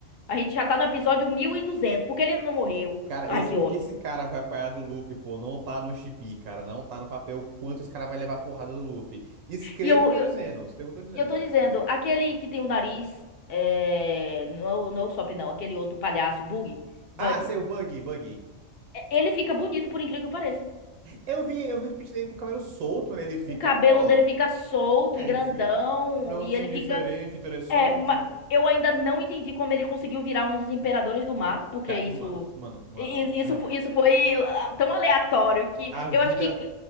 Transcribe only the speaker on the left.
a gente já tá no episódio 1200 porque ele ainda não morreu,
ai
que
ódio.
E eu,
E eu tô dizendo, aquele que tem o nariz, é, não, é o- não é o Sop não, aquele outro palhaço, Bug, Bug,
é, ele fica bonito por incrível que pareça.
O cabelo
dele fica solto
e grandão,
e
ele
fica...
É, ma-
eu ainda não entendi como ele conseguiu virar um dos imperadores do mar, porque
isso...
i- i- Isso,
fo- isso foi ah, tão aleatório que
eu acho que...